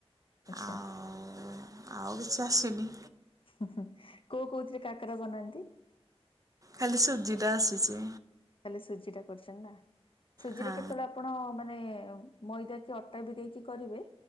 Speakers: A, on the left; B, on the right.
A: ଆଚ୍ଛା
B: ଆଉ ଆଉ କିଛି ଆସିନି।
A: ହୁଁ ହୁଁ କୋଉ କୋଉଥିରେ କାକରା ବନାନ୍ତି।
B: ଖାଲି ଶୁଜିଟା ଆସିଚି।
A: ଖାଲି ସୁଜି ଟା କରିଚନ୍ତି ନା ସୁଜିରେ
B: ହଁ
A: କେତଳେ ଆପଣ ମାନେ ମଇଦା କି ଅଟା ବି ଦେଇକି କରିବେ